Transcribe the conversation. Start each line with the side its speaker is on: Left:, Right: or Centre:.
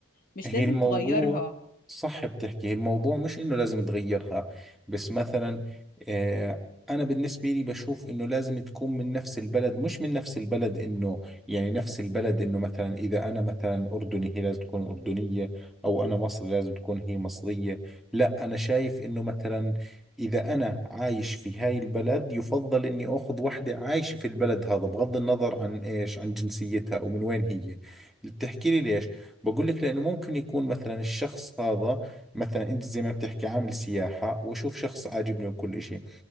Left: مش
Centre: هي
Left: لازم
Centre: الموضوع
Left: تغيرها
Centre: صح بتحكي هي الموضوع مش انه لازم تغيرها بس مثلا آه انا بالنسبة لي بشوف انه لازم تكون من نفس البلد مش من نفس البلد انه يعني نفس البلد انه مثلا اذا انا مثلا اردني هي لازم تكون اردنية او انا مصري لازم تكون هي مصرية لا انا شايف انه مثلا إذا أنا عايش في هاي البلد يفضل إني أخذ وحدة عايشة في البلد هذا بغض النظر عن إيش عن جنسيتها أو من وين هي بتحكي لي ليش بقول لك لأنه ممكن يكون مثلا الشخص هذا مثلا أنت زي ما بتحكي عامل سياحة وأشوف شخص عاجبني وكل إشي